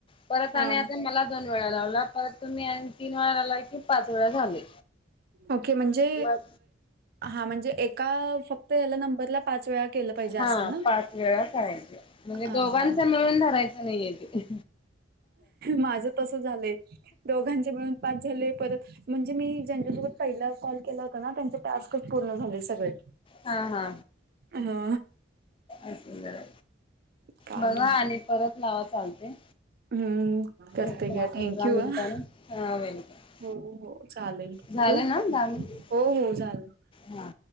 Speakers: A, on the left (about 30°); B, on the right (about 55°).
A: परत
B: हा
A: आणि आता मला दोन वेळा लावला परत तुम्ही तीन वेळा लावला की पाच वेळा झाले.
B: ओके म्हणजे
A: मग
B: हा म्हणजे एका फक्त याला नंबरला पाच वेळा केलं. पाहिजे
A: हा
B: असं ना
A: पाच वेळा करायच्या म्हणजे
B: ह
A: दोघांच
B: हा
A: मिळून धरायचं नाहीय तेे
B: माझं तस झालंय दोघांचे मिळून पाच झाले परत म्हणजे मी ज्यांच्यासोबत पहिला कॉल केला होता ना त्यांचे टास्कच पूर्ण झाले सगळे.
A: हा हा.
B: हो.
A: असे बर
B: काम
A: बघा आणि परत लावा चालते.
B: हम्म करते
A: एक दहा
B: घ्या
A: पंधरा
B: थँंक यू
A: मिनिटाने
B: ह
A: हा वेलकम
B: हो हो चालेल
A: झालं
B: ठेऊ
A: ना
B: का
A: दहा मिनिट
B: हो हो चालेल.
A: हा.